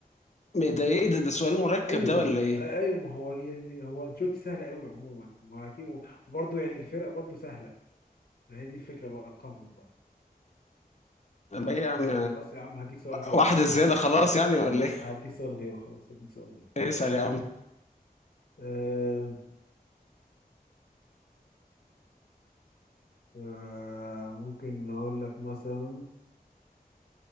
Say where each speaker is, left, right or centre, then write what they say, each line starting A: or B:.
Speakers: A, on the left (about 45°); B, on the left (about 80°).
A: ده ايه ده, ده سؤال مركب
B: أيوه
A: ده ولا ايه
B: أ- أيوه ما هو يعني هو أنشيلوتي سهل قوي عموما ما أكيد وبرضه يعني الفرق برضه سهلة ما هي دي الفكرة بقى أرقامهم بقى
A: طب
B: خلاص
A: ايه يا عم
B: آه، خلاص يا عم هديك سؤال غيره
A: واحدة
B: هديك,
A: زيادة خلاص يعني ولا ايه؟
B: هديك سؤال غيره خلاص هديك سؤال غيره
A: <laughs> اسأل يا عم
B: آه آه ممكن نقول لك مثلا